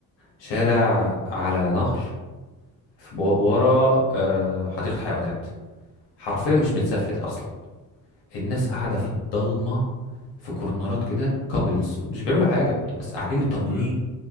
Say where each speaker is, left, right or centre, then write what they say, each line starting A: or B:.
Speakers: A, on the left; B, on the left.
A: شارع على نهر في- بو- ورا آه، حديقه حيوانات حرفيا
B: اه
A: مش متسفلت اصلا الناس قاعده
B: امم
A: في الضلمه في كورنرات كده كابلز مش بيعملوا حاجه بس قاعدين مطمنين
B: امم